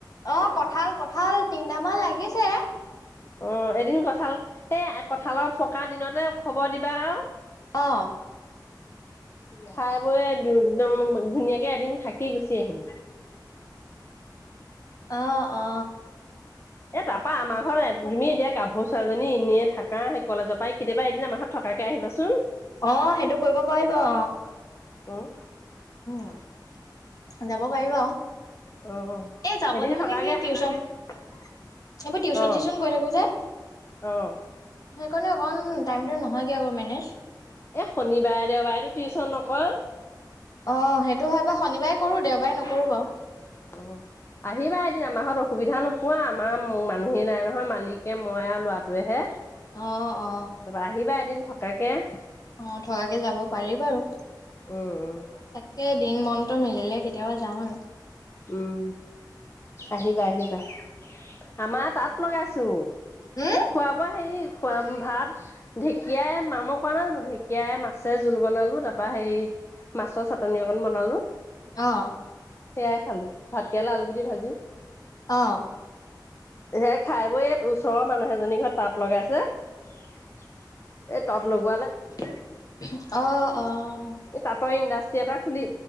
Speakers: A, on the left (about 50°); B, on the left (about 35°).
A: অ' কঁঠাল, কঁঠাল তিনটামান লাগিছে।
B: অ' এদিন কঁঠাল, এই কঁঠালৰ পকা দিনতে। খবৰ দিবা আৰু।
A: অ
B: খাই বৈ একদম ধুনীয়াকে এদিন থাকি গুচি আহিম।
A: অ', অ'।
B: এটা পা আমাৰ ঘৰত তুমি এতিয়া গাভৰু ছোৱালীজনী এনেই থাকা সেই কলেজৰ পৰাই কেতিয়াবা এদিন আমাৰ ঘৰত থকাকে আহিবাচোন।
A: অ' সেইটো কৰিব পাৰিব অ'।
B: উম।
A: অ'। যাব পাৰি আৰু
B: অ'
A: এ যাব
B: এদিন
A: লে
B: থকাকে
A: মানে কি টিউচন এইবোৰ টিউচন
B: অ'
A: চিউচন কৰি থাকো যে।
B: অ'।
A: সেইকাৰণে অকমান টাইমটো নহয়গে আকৌ মেনেজ।
B: এ শনিবাৰে দেওবাৰেটো টিউচন নকৰো।
A: অ' সেইটো হয় বাৰু শনিবাৰে কৰোঁ দেওবাৰে নকৰোঁ বাৰু।
B: অ'। আহিবা এদিন আমাৰ ঘৰত অসুবিধা নোপোৱা, আমাৰ মানুহে নাই নহয় মালিকে মই আৰু ল'ৰা তোৱেহে,
A: অ অ
B: তাৰপৰা আহিবা এদিন থকাকে। উম,
A: অ থকাকে যাব পাৰি বাৰু
B: উম।
A: তাকে দিন, মনটো মিলিলে কেতিয়াবা যাম আৰু।
B: উম আহিবা আহিবা। আমাৰ তাঁত লগাইছো।
A: হুম!
B: খোৱা বোৱা হেৰি খোৱা ভাত, ঢেঁকীয়াই মামক কোৱা নাই জানো ধেক ঢেকিয়াই, মাছে জোল বনালো তাৰ পৰা সেই মাছৰ চাটনি অকণ বনালো। সেইয়াই
A: অ
B: খালোঁ। ভাতকেৰেলা, আলুগুটি ভাজি।
A: অ
B: সেয়া খাই বৈয়ে ইয়াত ওচৰৰ মানুহ এজনীৰ ঘৰত তাঁত লগাইছে। এ তাত লগো
A: <unintelligible> অ-অ!
B: এই তাঁতৰ ইণ্ডাষ্ট্ৰী এটা খুলি